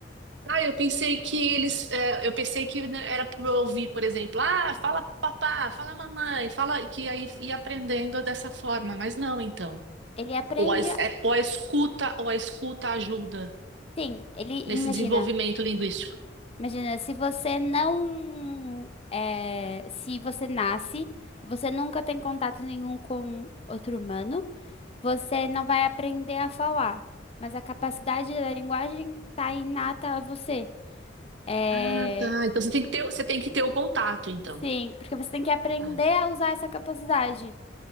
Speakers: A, on the right (about 80°); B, on the left (about 35°).
A: Ah, eu pensei que eles. é, eu pensei que né, era para ouvir, por exemplo, ah, fala papá, fala mamãe, fala que aí ia aprendendo dessa forma, mas não, então.
B: Ele aprende,
A: Ou a, es-
B: a-
A: é- ou a escuta, ou a escuta ajuda
B: sim, ele
A: nesse
B: imagina.
A: desenvolvimento linguístico.
B: Imagina, se você não, é, se você nasce e você nunca tem contato nenhum com outro humano. Você não vai aprender a falar, mas a capacidade da linguagem está inata a você. É,
A: Ah, tá. Então você tem que ter, você tem que ter o contato, então.
B: sim, porque você tem que aprender
A: Ah,
B: a usar essa capacidade.